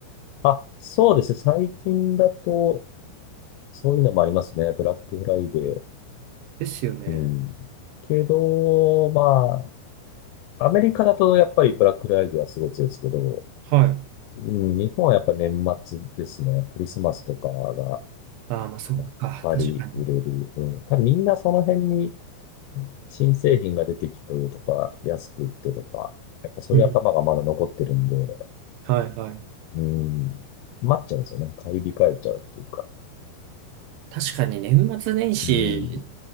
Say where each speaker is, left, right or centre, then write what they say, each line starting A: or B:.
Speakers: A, on the left (about 85°); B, on the right (about 80°).
A: あ、そうですね。最近だと、そういうのもありますね。ブラックフライデー。
B: ですよね。
A: うん。けど、まあ、アメリカだとやっぱりブラックフライデーはすごい強いですけど、
B: はい。
A: うん、日本はやっぱ年末ですね。クリスマスとかが、
B: ああ、まあそっか。
A: やっぱり売れる。
B: 確かに。
A: うん。多分みんなその辺に新製品が出てきてとか、安くいってとか、やっぱそういう頭がまだ残ってるんで、
B: うん。はいはい。
A: うん、待っちゃうんですよね。買い控えちゃうっていうか。
B: 確かに年末年始
A: うん、